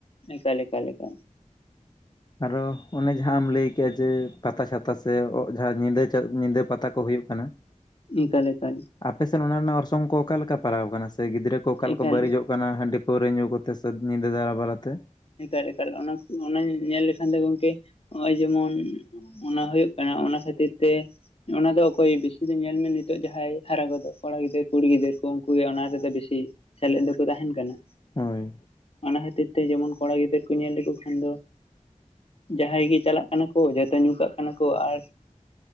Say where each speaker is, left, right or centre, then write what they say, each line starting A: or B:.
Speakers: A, on the left; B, on the left.
A: ᱮᱠᱟᱞ ᱮᱠᱟᱞ ᱮᱠᱟᱞ
B: ᱟᱨᱚ ᱚᱱᱮ ᱡᱟᱦᱟᱸ ᱟᱢᱮᱢ ᱞᱟᱹᱭ ᱠᱮᱫᱮᱜᱼᱟ ᱡᱮ ᱯᱟᱛᱟ ᱪᱷᱟᱛᱟ ᱥᱮ ᱡᱟᱦᱟᱸ ᱧᱤᱫᱟᱹ, ᱧᱤᱫᱟᱹ ᱯᱟᱛᱟ ᱠᱚ ᱦᱩᱭᱩᱜ ᱠᱟᱱᱟ <inaudible>
A: ᱮᱠᱟᱞ ᱮᱠᱟᱞ
B: ᱟᱯᱮᱥᱮᱫ ᱚᱱᱟ ᱨᱮᱱᱟᱜ ᱚᱨᱥᱚᱝ ᱠᱚ ᱚᱠᱟ ᱞᱮᱠᱟ ᱯᱟᱲᱟᱣ ᱟᱠᱟᱱᱟ ᱥᱮ ᱜᱤᱫᱽᱨᱟᱹ ᱠᱚ ᱚᱠᱟ
A: ᱮᱠᱟᱞ
B: ᱞᱮᱠᱟ ᱵᱟᱹᱲᱤᱡᱚᱜ ᱠᱟᱱᱟ ᱦᱟᱺᱰᱤ ᱯᱟᱹᱣᱨᱟᱹ ᱧᱩ ᱠᱟᱛᱮ ᱥᱮ ᱧᱤᱫᱟᱹ ᱫᱟᱬᱟ ᱵᱟᱲᱟᱛᱮ
A: ᱮᱠᱟᱞ ᱮᱠᱟᱞ ᱚᱱᱟ ᱧᱮᱞ ᱞᱮᱠᱷᱟᱱ ᱫᱚ ᱜᱚᱝᱠᱮ ᱱᱚᱜᱼᱚᱭ ᱡᱮᱢᱚᱱ ᱚᱱᱟ ᱦᱩᱭᱩᱜ ᱠᱟᱱᱟ ᱚᱱᱟ ᱠᱷᱟᱹᱛᱤᱨ ᱛᱮ ᱚᱱᱟ ᱫᱚ ᱚᱠᱚᱭ ᱵᱮᱥᱤ ᱫᱚ ᱧᱮᱞ ᱢᱮ ᱱᱤᱛᱚᱜ ᱡᱟᱦᱟᱸᱭ ᱦᱟᱨᱟ ᱜᱚᱫᱚᱜ ᱠᱚᱲᱟ ᱜᱤᱫᱟᱹᱨ ᱠᱩᱲᱤ ᱜᱤᱫᱟᱹᱨ ᱠᱚ ᱩᱱᱠᱩ ᱜᱮ ᱚᱱᱟ ᱨᱮᱫᱚ ᱵᱤᱥᱤ ᱥᱮᱞᱮᱫ ᱫᱚᱠᱚ ᱛᱟᱦᱮᱸᱱ ᱠᱟᱱᱟ
B: ᱦᱳᱭ
A: ᱚᱱᱟ ᱠᱷᱟᱹᱛᱤᱨ ᱛᱮ ᱡᱮᱢᱚᱱ ᱠᱚᱲᱟ ᱜᱤᱫᱟᱹᱨ ᱠᱚ ᱧᱮᱞ ᱞᱮᱠᱚ ᱠᱷᱟᱱ ᱫᱚ ᱡᱟᱦᱟᱸᱭ ᱜᱮ ᱪᱟᱞᱟᱜ ᱠᱟᱱᱟ ᱠᱚ ᱡᱚᱛᱚ ᱧᱩ ᱠᱟᱜ ᱠᱟᱱᱟ ᱠᱚ ᱟᱨ